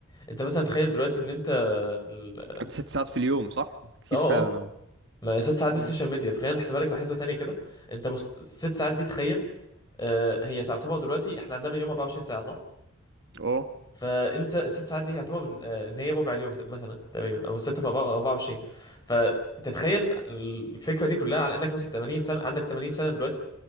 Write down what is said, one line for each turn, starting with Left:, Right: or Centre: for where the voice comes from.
Left: انت مثلا تخيل دلوقتي ان انت ال-
Right: ست ساعات في اليوم صح كتير
Left: اه
Right: فعلا
Left: اه
Right: أوي
Left: ما ست ساعات
Right: امم
Left: بس السوشيال ميديا فخلينا نحسبها لك بحسبه تانية كده انت بص ست ساعات دي تخيل آه، هي تعتبر دلوقتي احنا عندنا اليوم 24 ساعه صح
Right: اه
Left: فانت الست ساعات دي يعتبر من آه، ان هي ربع اليوم مثلا تقريبا او 6 في 24 فتتخيل الفكره دي كلها على انك مثلا 80 سنه عندك 80 سنه دلوقتي